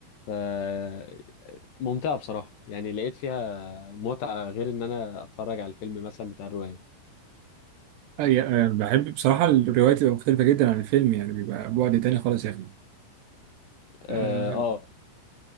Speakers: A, on the left; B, on the right.
A: فممتعه بصراحه يعني لقيت فيها متعه غير ان انا اتفرج على الفيلم مثلا بتاع الروايه
B: أي- آه، بحب بصراحة الروايات بتبقى مختلفة جدا عن الفيلم يعني بيبقى بعد تاني خالص يا أخي
A: اه
B: آه،
A: آه،